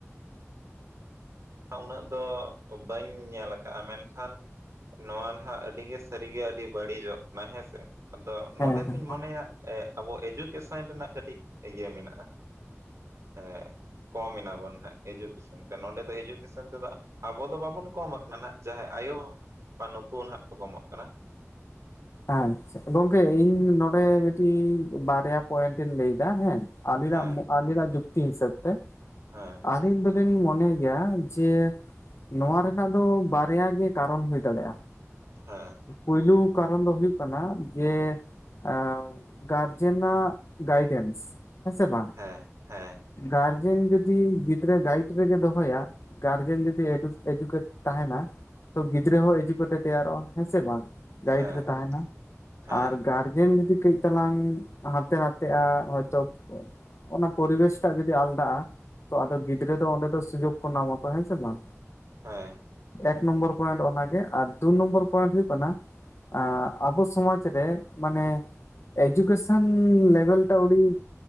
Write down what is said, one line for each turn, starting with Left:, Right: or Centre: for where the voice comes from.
Right: ᱩᱱᱟᱹᱜ ᱫᱚ ᱵᱟᱹᱧ ᱧᱮᱞ ᱠᱟᱜᱼᱟ ᱢᱮᱱᱠᱷᱟᱱ ᱱᱚᱣᱟ ᱱᱟᱦᱟᱜ ᱟᱹᱰᱤᱜᱮ ᱥᱟᱹᱨᱤᱜᱮ ᱟᱹᱰᱤ ᱵᱟᱹᱲᱤᱡᱚᱜ ᱠᱟᱱᱟ ᱦᱮᱸᱥᱮ ᱟᱫᱚ
Left: ᱦᱮᱸ
Right: ᱱᱚᱸᱰᱮ ᱫᱩᱧ
Left: ᱦᱮᱸ
Right: ᱢᱚᱱᱮᱭᱟ ᱮᱸᱜ ᱟᱵᱚ ᱮᱡᱩᱠᱮᱥᱚᱱ ᱨᱮᱱᱟᱜ ᱠᱟᱹᱴᱤᱡ ᱤᱭᱟᱹ ᱢᱮᱱᱟᱜᱼᱟ᱾ ᱮᱸᱜ ᱠᱚᱢ ᱮᱱᱟᱵᱚᱱ ᱦᱟᱸᱜ ᱮᱡᱩᱠᱮᱥᱚᱱ ᱛᱮ ᱱᱚᱰᱮ ᱫᱚ ᱮᱡᱩ ᱠᱮᱥᱚᱱ ᱛᱮᱫᱚ ᱟᱵᱚ ᱫᱚ ᱵᱟᱵᱚᱱ ᱠᱚᱢ ᱟᱠᱟᱱ ᱦᱟᱸᱜ ᱡᱟᱦᱟᱸᱭ ᱟᱭᱳ ᱵᱟ ᱱᱩᱠᱩᱱ ᱱᱚᱦᱟᱜ ᱠᱚ ᱠᱚᱢᱚᱜ ᱠᱟᱱᱟ᱾
Left: ᱟᱪᱪᱷᱟ ᱜᱚᱝᱠᱮ ᱤᱧ ᱱᱚᱸᱰᱮ ᱢᱤᱫᱴᱤᱡ ᱵᱟᱨᱭᱟ ᱯᱚᱭᱮᱱᱴ ᱤᱧ ᱞᱟᱹᱭᱫᱟ ᱦᱮᱸ᱾ ᱟᱞᱤᱱᱟᱜ
Right: ᱦᱮᱸ
Left: ᱟᱞᱤᱱᱟᱜ ᱡᱩᱠᱛᱤ ᱦᱤᱥᱟᱹᱵ ᱛᱮ᱾
Right: ᱦᱮᱸ
Left: ᱟᱹᱞᱤᱧ ᱫᱚᱞᱤᱧ ᱢᱚᱱᱮᱭ ᱜᱮᱭᱟ ᱡᱮ ᱱᱚᱣᱟ ᱨᱮᱱᱟᱜ ᱫᱚ ᱵᱟᱨᱭᱟ ᱜᱮ ᱠᱟᱨᱚᱱ ᱦᱩᱭ ᱫᱟᱲᱮᱜᱼᱟ᱾
Right: ᱦᱮᱸ
Left: ᱯᱩᱭᱞᱩ ᱠᱟᱨᱚᱱ ᱫᱚ ᱦᱩᱭᱩᱜ ᱠᱟᱱᱟ ᱡᱮ ᱮᱸᱢ ᱜᱟᱨᱡᱮᱱᱟᱜ ᱜᱟᱭᱰᱮᱱᱥ ᱦᱮᱸᱥᱮ ᱵᱟᱝ?
Right: ᱦᱮᱸ ᱦᱮᱸ
Left: ᱜᱟᱨᱡᱮᱱ ᱡᱩᱫᱤ ᱜᱤᱫᱽᱨᱟᱹ ᱜᱟᱭᱤᱰ ᱨᱮᱜᱮ ᱫᱚᱦᱚᱭᱟ᱾ ᱜᱟᱨᱡᱮᱱ ᱡᱩᱫᱤ ᱮᱰᱩᱠ ᱮᱰᱩᱠᱮᱴ ᱛᱟᱦᱮᱸᱱᱟ ᱛᱚ ᱜᱤᱫᱽᱨᱟᱹ ᱦᱚᱸ ᱮᱡᱩᱠᱮᱴᱮ ᱛᱮᱭᱟᱨᱚᱜᱼᱟ ᱦᱮᱸ ᱥᱮ ᱵᱟᱝ? ᱜᱟᱭᱤᱰ
Right: ᱦᱮᱸ ᱦᱮᱸ
Left: ᱨᱮ ᱛᱟᱦᱮᱸᱱᱟ
Right: ᱦᱮᱸ
Left: ᱟᱨ ᱜᱟᱨᱡᱮᱱ ᱡᱩᱫᱤ ᱠᱟᱹᱡ ᱛᱟᱞᱟᱝ ᱦᱟᱱᱛᱮ ᱱᱟᱛᱮᱜᱼᱟ ᱦᱚᱭᱛᱚ ᱚᱱᱟ ᱯᱚᱨᱤᱵᱮᱥ ᱴᱟᱜ ᱡᱩᱫᱤ ᱟᱞᱫᱟᱜᱼᱟ᱾ ᱛᱚ ᱟᱫᱚ ᱜᱤᱫᱽᱨᱟᱹ ᱫᱚ ᱚᱸᱰᱮ ᱫᱚ ᱥᱩᱡᱳᱜ ᱠᱚ ᱱᱟᱢᱟᱠᱚ ᱦᱮᱸ ᱥᱮ ᱵᱟᱝ?
Right: ᱦᱮᱸ
Left: ᱮᱠ ᱱᱚᱢᱵᱚᱨ ᱯᱚᱭᱮᱱᱴ ᱚᱱᱟᱜᱮ ᱟᱨ ᱫᱩ ᱱᱚᱢᱵᱚᱨ ᱯᱚᱭᱮᱱᱴ ᱦᱩᱭᱩᱜ ᱠᱟᱱᱟ ᱟᱸᱜ ᱟᱵᱚ ᱥᱚᱢᱟᱡᱽ ᱨᱮ ᱢᱟᱱᱮ ᱮᱡᱩᱠᱮᱥᱚᱱ ᱞᱮᱵᱮᱞ ᱴᱟᱜ ᱟᱹᱣᱰᱤ